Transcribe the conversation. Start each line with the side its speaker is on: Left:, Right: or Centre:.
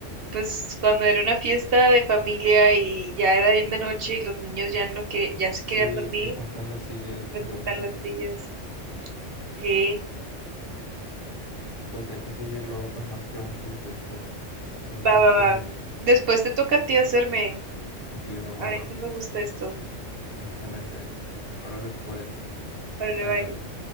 Right: Pues cuando era una fiesta de familia y ya era bien de noche y los niños ya no que ya se querían
Left: Sí,
Right: dormir,
Left: que juntan las sillas y se
Right: me juntan
Left: duermen ahí.
Right: las sillas. Sí,
Left: Pues hay que seguir luego con más preguntas de estas. Ya me
Right: va,
Left: tengo
Right: va,
Left: que
Right: va.
Left: dormir.
Right: Después te toca a ti hacerme.
Left: Ok, va, va,
Right: A mí
Left: va.
Right: sí me gusta esto.
Left: Excelente. Órale, pues.
Right: Vale,
Left: Bye,
Right: bye.
Left: Gaby.